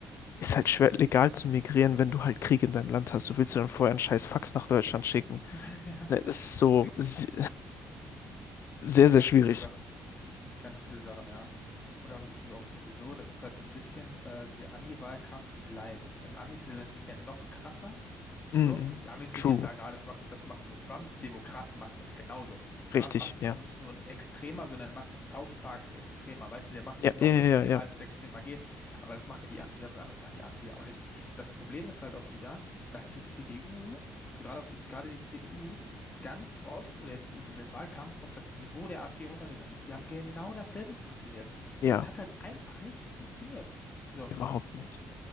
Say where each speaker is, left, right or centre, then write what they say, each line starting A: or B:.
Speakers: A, on the left; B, on the left.
A: ist halt schwer legal zu migrieren, wenn du halt Krieg in deinem Land hast. Du willst du dann vorher einen scheiß Fax nach Deutschland schicken.
B: <laughs> Ja.
A: Ne, Das ist so.
B: Es gibt
A: <laughs> Sehr, sehr
B: Ganz
A: schwierig.
B: viele Sachen. Ganz viele Sachen, ja. Und auch, also auch sowieso, das ist halt so ein bisschen äh, wie Ami-Wahlkampf in Light. Im Amis-Land ist das ja noch krasser.
A: Mhm.
B: So, die Amis
A: True.
B: würden jetzt sagen, ah, das macht, das macht nur Trump. Die Demokraten machen das genauso.
A: Richtig,
B: Trump macht es
A: ja.
B: nur nicht nur extremer, sondern macht es South Park extremer. Weißt du, der macht
A: Ja,
B: es noch
A: ja, ja,
B: extremer,
A: ja, ja.
B: als es extremer geht. Aber das macht ja die AfD, was anderes macht die AfD ja auch nicht. Und das Problem ist halt auch wieder, dass die CDU, also gerade auch die, gerade die CDU, ganz oft oder jetzt in dem Wahlkampf auf das Niveau der AfD runtergegangen ist. Die haben genau dasselbe funktioniert.
A: Ja,
B: Und das hat halt einfach nicht funktioniert. So,
A: überhaupt nicht.